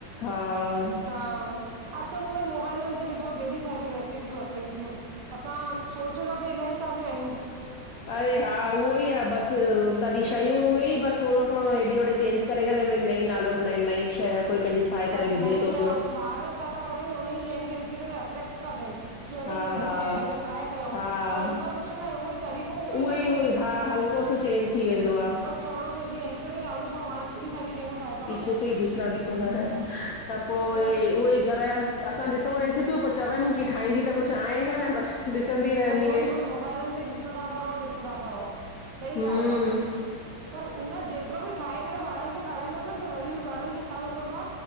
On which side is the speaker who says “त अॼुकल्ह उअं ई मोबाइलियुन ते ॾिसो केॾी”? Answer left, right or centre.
Right